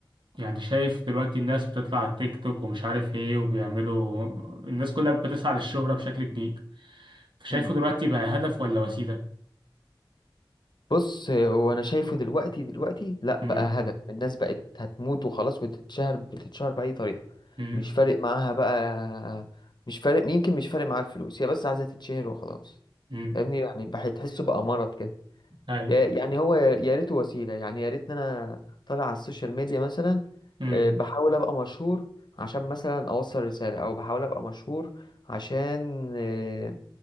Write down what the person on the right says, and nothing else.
يعني شايف دلوقتي الناس بتطلع على التيك توك ومش عارف ايه وبيعملوا الناس كلها بتسعى للشهرة بشكل كبير شايفه
دلوقتي بقى هدف ولا وسيلة
امم
امم
امم
اي
امم